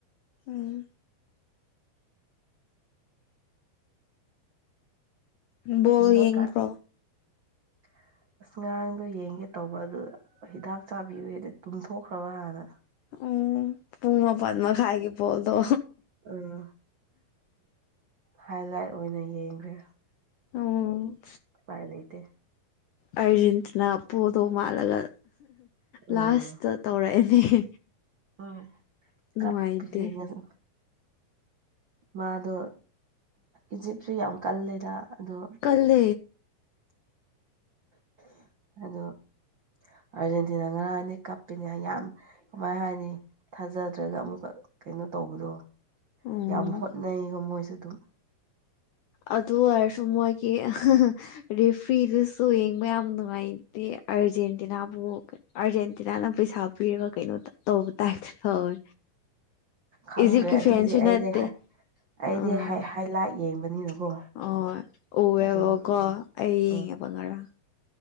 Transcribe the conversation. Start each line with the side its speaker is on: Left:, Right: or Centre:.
Left: ꯎꯝ ꯕꯣꯜ
Right: ꯍꯟꯗꯛꯀꯥ
Left: ꯌꯦꯡꯕ꯭ꯔꯣ
Right: <unintelligible> ꯑꯁ ꯉꯔꯥꯡꯗꯣ ꯌꯦꯡꯒꯦ ꯇꯧꯕ ꯑꯗꯨ ꯍꯤꯗꯥꯛ ꯆꯥꯕꯤꯌꯣꯗ ꯇꯨꯝꯊꯣꯛꯈ꯭ꯔꯕ ꯍꯥꯟꯅ
Left: ꯎꯝ ꯄꯨꯡ ꯃꯄꯥꯟ ꯃꯈꯥꯏꯒꯤ ꯕꯣꯜꯗꯣ
Right: ꯎꯝ ꯍꯥꯏ ꯂꯥꯏꯠ ꯑꯣꯏꯅ ꯌꯦꯡꯈ꯭ꯔꯦ
Left: ꯑꯣ
Right: ꯎꯄꯥꯏ ꯂꯩꯇꯦ
Left: ꯑꯔꯖꯦꯇꯤꯅꯥ ꯄꯣꯗꯣ ꯃꯥꯜꯂꯒ
Right: ꯎꯝ
Left: ꯂꯥꯁꯇ ꯇꯧꯔꯛꯑꯦꯅꯦ
Right: ꯎꯝ
Left: ꯅꯨꯡꯉꯥꯏꯇꯦ
Right: ꯀꯞꯄꯁꯤꯗꯤ ꯑꯩꯅ ꯃꯥꯗꯣ ꯏꯖꯤꯞꯁꯨ ꯌꯥꯝ ꯀꯜꯂꯦꯗ ꯑꯗꯣ
Left: ꯀꯜꯂꯦ
Right: ꯑꯗꯣ ꯑꯥꯔꯖꯦꯟꯇꯤꯅꯥ ꯉꯔꯥꯡ ꯑꯅꯤ ꯀꯞꯄꯤꯅꯦ ꯌꯥꯝ ꯀꯃꯥꯏ ꯍꯥꯏꯅꯤ ꯊꯥꯖꯗ꯭ꯔꯒ ꯑꯃꯨꯛꯀ ꯀꯩꯅꯣ ꯇꯧꯕꯗꯣ
Left: ꯎꯝ
Right: ꯑꯗꯨ ꯍꯣꯠꯅꯩꯒꯣ ꯃꯣꯏꯁꯨ ꯑꯗꯨꯝ
Left: ꯑꯗꯨ ꯑꯣꯏꯔꯁꯨ ꯃꯣꯏꯒꯤ <unintelligible> ꯔꯦꯐ꯭ꯔꯤꯗꯨꯁꯨ ꯌꯦꯡꯕ ꯌꯥꯝ ꯅꯨꯡꯉꯥꯏꯇꯦ ꯑꯔꯖꯦꯟꯇꯤꯅꯥ ꯄꯣꯈ꯭ꯔꯦ ꯑꯥꯔꯖꯦꯟꯇꯤꯅꯥꯅ ꯄꯩꯁꯥ ꯄꯤꯔꯒ ꯀꯩꯅꯣ ꯇꯧꯕ ꯇꯥꯏꯞꯇ ꯇꯧꯋꯦ
Right: ꯈꯪꯗ꯭ꯔꯦ
Left: ꯏꯖꯤꯞꯀꯤ
Right: ꯑꯗꯨꯗꯤ
Left: ꯐꯦꯟꯁꯨ
Right: ꯑꯩꯗꯤ
Left: ꯅꯠꯇꯦ
Right: ꯍꯥꯏ ꯑꯩꯗꯤ
Left: ꯑꯥ
Right: ꯍꯥꯏ ꯍꯥꯏ ꯂꯥꯛ ꯌꯦꯡꯕꯅꯤꯅꯀꯣ
Left: ꯑꯣ ꯎꯋꯦꯕꯀꯣ
Right: ꯑꯗꯨꯝ
Left: ꯑꯩ ꯌꯦꯡꯉꯦ
Right: ꯎꯝ
Left: ꯉꯔꯥꯡ